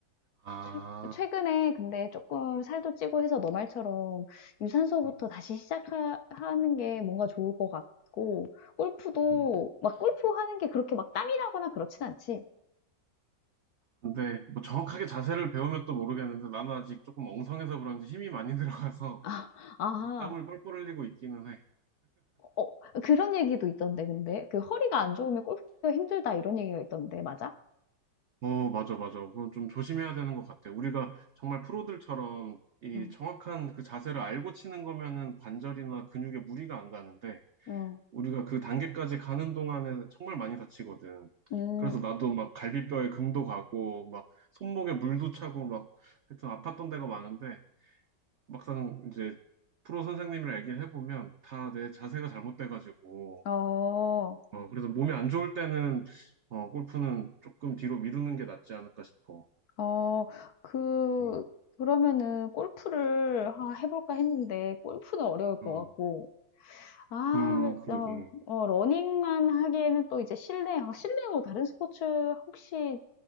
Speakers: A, on the right; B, on the left.
A: 아,
B: 최- 최근에 근데 조금 살도 찌고 해서 너 말처럼 유산소부터
A: 음,
B: 다시 시작하는 게 뭔가 좋을 것 같고, 골프도
A: 음.
B: 막 골프 하는 게 그렇게 막 땀이 나거나 그렇진 않지.
A: 근데 뭐 정확하게 자세를 배우면 또 모르겠는데 나는 아직 조금 엉성해서 그런지 힘이 많이 <laughs> 들어가서
B: 아, 아,
A: 땀을 뻘뻘 흘리고 있기는 해.
B: 어, 그런 얘기도 있던데, 근데. 그 허리가 안 좋으면 골프가 힘들다 이런 얘기가 있던데, 맞아?
A: 어, 맞아, 맞아. 그건 좀 조심해야 되는 것 같아. 우리가 정말 프로들처럼 이
B: 어,
A: 정확한 그 자세를 알고 치는 거면은 관절이나 근육에 무리가 안 가는데,
B: 어,
A: 우리가 그 단계까지 가는 동안에 정말 많이 다치거든.
B: 음,
A: 그래서 나도 막 갈비뼈에 금도 가고, 막 손목에 물도 차고, 막 하여튼 아팠던 데가 많은데, 막상 이제 프로 선생님이랑 얘기를 해보면 다 내 자세가 잘못돼가지고,
B: 어,
A: 어, 그래서 몸이 안 좋을 때는, 어, 골프는 조금 뒤로 미루는 게 낫지 않을까 싶어.
B: 어, 그,
A: 음.
B: 그러면은 골프를 아, 해볼까 했는데, 골프는 어려울 것
A: 음,
B: 같고, 아
A: 음,
B: 그래서
A: 그러게.
B: 어 러닝만 하기에는 또 이제 실내 어 실내 뭐 다른 스포츠 혹시